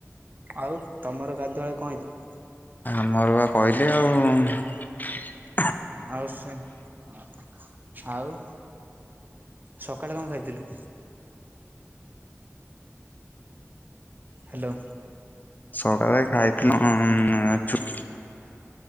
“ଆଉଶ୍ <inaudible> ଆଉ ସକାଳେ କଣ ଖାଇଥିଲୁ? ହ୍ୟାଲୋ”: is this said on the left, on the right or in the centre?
Right